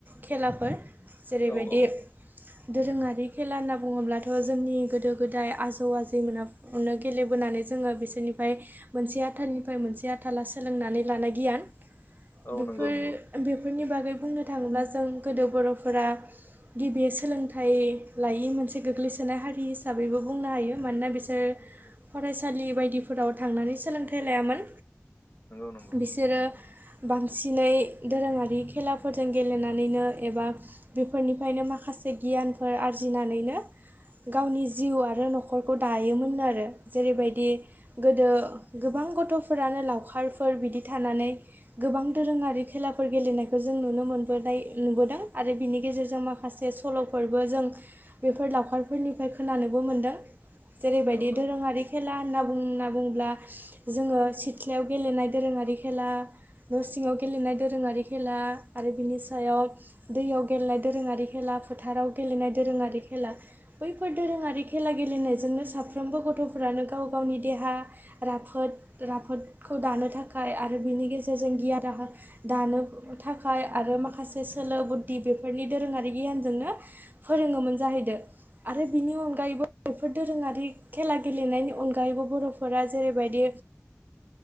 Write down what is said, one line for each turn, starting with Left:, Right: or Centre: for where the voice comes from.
Right: खेलाफोर जेरैबायदि
Left: औ औ
Right: दोरोङारि खेला होनना बुङोब्लाथ' जोंनि गोदो-गोदाय आजौ आजैमोना नो गेले बोनानै जोङो बिसोरनिफ्राय मोनसे आथालनिफ्राय मोनसे आथाला सोलोंनानै लानाय गियान
Left: औ
Right: बेफोर
Left: नंगौ नंगौ
Right: बे फोरनि बागै बुंनो थाङोब्ला जों गोदो बर'फोरा गिबि सोलोंथाइ लायिमोन मोनसे गोग्लैसोनाय हारि हिसाबैबो बुंनो हायो मानोना बिसोर फरायसालि बायदिफोराव थांनानै सोलोंथाइ लायामोन
Left: नंगौ नंगौ
Right: बिसोरो बांसिनै दोरोङारि खेलाफोरजों गेलेनानैनो एबा बेफोरनिफ्रायनो मा खासे गियानफोर आरजिनानैनो गावनि जिउ आरो न'खरखौ दायोमोननो आरो जेरैबायदि गोदो गोबां गथ'फोरानो लावखारफोर बिदि थानानै गोबां दोरोङारि खेलाफोर गेलेनायखौ जों नुनो मोबोनाय नुबोदों आरो बिनि गेजेरजों माखासे सल'फोरबो जों बेफोर लावखारफोरनिफ्राय खोनानोबो मोनदों जेरैबायदि
Left: औ नंगौ
Right: दोरोङारि खेला होनना बुं होनना बुंङोब्ला जोङो सिथ्लायाव गेलेनाय दोरोङारि खेला। न सिङाव गेलेनाय दोरोङारि खेला आरो बिनि सायाव दैयाव गेलेनाय दोरोङारि खेला। फोथाराव गेलेनाय दोरोङारि खेला बैफोर दोरोङारि खेला गेलेनायजोंनो साफ्रोमबो गथ' फोरानो गाव गावनि देहा राफोद राफोदखौ दानो थाखाय आरो बेनि गेजेरजों गियाना <unintelligible> दानो थाखाय आरो माखासे सोलो बुद्धि बेफोरनि दोरोङारि गियानजों नो फोरोङोमोन जाहैदो आरो बिनि अनगायैबो बेफोर दोरोङारि खेला गेलेनायनि अनगायैबो बर'फोरा जेरैबायदि